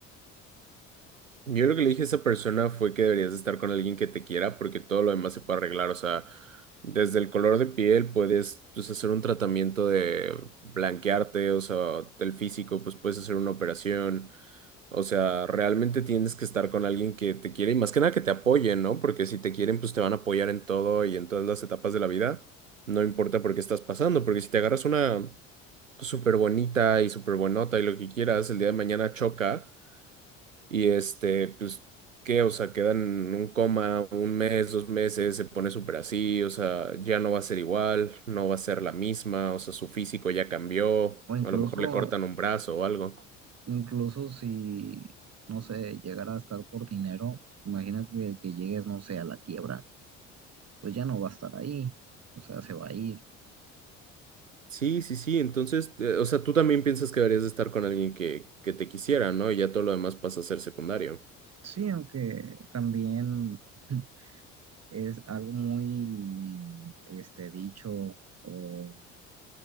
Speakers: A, on the right (about 80°); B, on the right (about 40°).
A: Yo lo que le dije a esa persona fue que deberías de estar con alguien que te quiera porque todo lo demás se puede arreglar. O sea, desde el color de piel puedes pues, hacer un tratamiento de blanquearte, o sea, del físico, pues puedes hacer una operación. O sea, realmente tienes que estar con alguien que te quiere y más que nada que te apoye, ¿no? Porque si te quieren, pues te van a apoyar en todo y en todas las etapas de la vida. No importa por qué estás pasando, porque si te agarras una súper bonita y súper buenota y lo que quieras, el día de mañana choca. Y este, pues, ¿qué? O sea, quedan en un coma un mes, dos meses, se pone súper así, o sea, ya no va a ser igual, no va a ser la misma, o sea, su físico ya cambió,
B: o incluso,
A: a lo mejor le cortan un brazo o algo.
B: incluso si, no sé, llegara a estar por dinero, imagínate que llegues, no sé, a la quiebra, pues ya no va a estar ahí, o sea, se va a ir.
A: Sí, sí, sí, entonces, eh, o sea, tú también piensas que deberías de estar con alguien que, que te quisiera, ¿no? Y ya todo lo demás pasa a ser secundario.
B: Sí, aunque también <laughs> es algo muy, este, dicho o